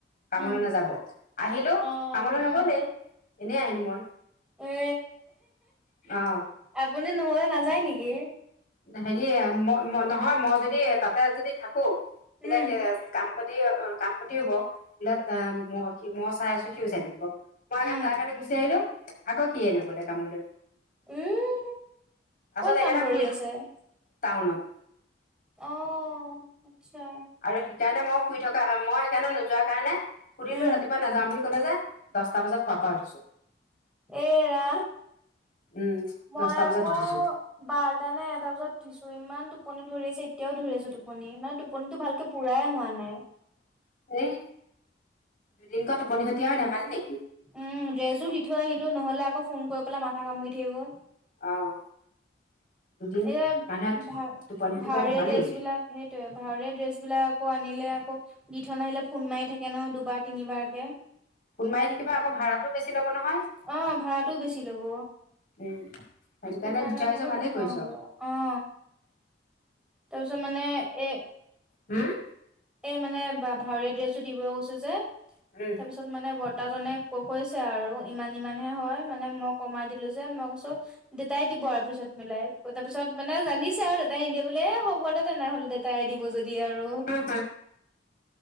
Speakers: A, on the left; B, in the centre.
A: কামলে
B: উম,
A: নাযাব আহিলো
B: অ',
A: কামলে
B: উম,
A: নগলেই এনেই আহিলো মই।
B: এ
A: অ
B: আপুনি নহলে নাযায় নেকি?
A: হেৰি ম নহয় মই যদি তাতে যদি থাকো তেতিয়া
B: উম,
A: সে কাম অ কাম খতি হব বোলে অ মই চাই আছো সিও চাই থাকিব । মই
B: উম,
A: তাৰ কাৰণে গুচি আহিলো আকৌ সিয়ে নগলে কামলে।
B: উম ক'ত
A: সেইকাৰণে
B: কাম কৰি
A: শুই
B: আছে?
A: টাউনত
B: অহ আচ্ছা
A: আৰু সেইকাৰণে মই শুই থকা হয় মই সেইকাৰণে নোযোৱা কাৰণে সুধিলো
B: উম,
A: ৰাতিপুৱা নাযাওঁ বুলি কলে যে দহটা বজাত শোৱাৰ পৰা উঠিছো।
B: এৰা
A: উম
B: মই
A: দহটা
B: আকৌ
A: বজাত উঠিছো
B: বাৰটা নে এটা বজাত উঠিছো ইমান। টোপনি ধৰি আছে এতিয়াও ধৰি আছো টোপনি মানে টোপনিটো ভালকে পুৰাই হোৱা নাই।
A: এই দুদিনক টোপনি খতি হয় নাই ধেমালি নেকি ।
B: উম ডেজো দি থৈ আহিলো নহলে আকৌ ফোন কৰি পেলাই মাথা কামুৰি থাকিব ।
A: অ <unintelligible>
B: এয়া ভা
A: মানুহে টোপনি খতি
B: ভাৱৰীয়া
A: কৰা ধেমালি
B: ড্ৰেছ বিলাক সেইটোয়ে ভাৱৰীয়া ড্ৰেছ বিলাক । আকৌ আনিলে আকৌ দি থৈ আহিলে ফোন মাৰি থাকে ন দুবাৰ তিনিবাৰকে ।
A: ফুল মাৰি থাকিব আক ভাড়াটো বেছি। ল'ব নহয়
B: অ ভাড়াটোও বেছি লব।
A: উম সেইটো
B: সেইকাৰণে
A: কাৰণে থৈ আহিছ
B: বোলো
A: ভালেই
B: দি থওঁগে
A: কৰিছ
B: অ। তাৰপিছ মানে এ।
A: হুম।
B: এই মানে ভাৱৰীয়া ড্ৰেছটো দিব গৈছে যে
A: উম
B: তাৰপিছত মানে । দেতা জনে ক কৈছে আৰু ইমান ইমানহে হয় মানে মই কমাই দিলো যে মই কৈছো। দেতাই দিব আৰু পিছত মিলাই তাৰ পিছত মানে জানিছে আৰু দেতাই নিদিয়ে বোলি এ হ'ব দে তেনেহ'ল দেতাই দি । দিব যদি আৰু।
A: হুম,